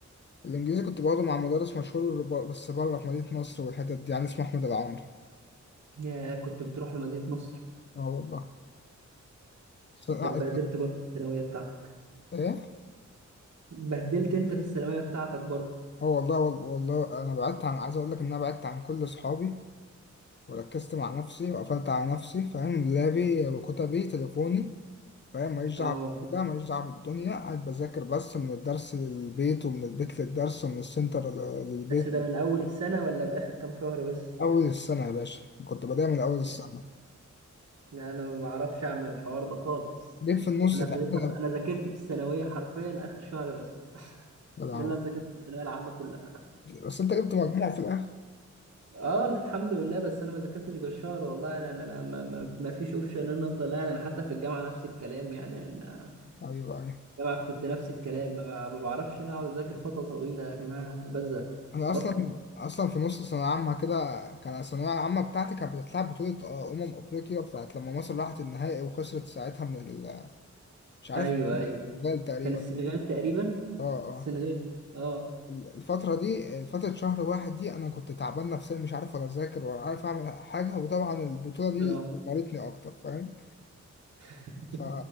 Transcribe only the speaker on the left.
الانجليزي كنت باخده مع مدرس مشهور بر- بس بره في مدينه نصر والحتت دي يعني اسمه احمد العمري
اه والله س- آه،
ايه
اه والله وال- والله انا بعدت عن عايز اقول لك ان انا بعدت عن كل اصحابي وركزت مع نفسي وقفلت على نفسي فاهم لابي وكتبي تليفوني فاهم ماليش
دعوه ده ماليش دعوه بالدنيا قاعد بذاكر بس من الدرس للبيت ومن البيت للدرس ومن السنتر ل- للبيت
من
اول السنه يا باشا كنت بدايه من اول السنه
جيت في النص
تعبت
انا
أنا-
بس انت جبت مجموع في الاخر
ايوه ايوه
انا
اصلا اصلا في نص ثانويه عامه كده كان الثانويه العامه بتاعتي كانت بتتلعب بطوله آه، امم افريقيا بتاعت لما مصر راحت النهائي وخسرت ساعتها من ال... مش عارف
البرتغال تقريبا
اه اه
الفتره دي فتره شهر واحد دي انا كنت تعبان نفسيا مش عارف ولا اذاكر ولا عارف اعمل حاجه وطبعا البطوله دي
مرتني اكتر فاهم
ف...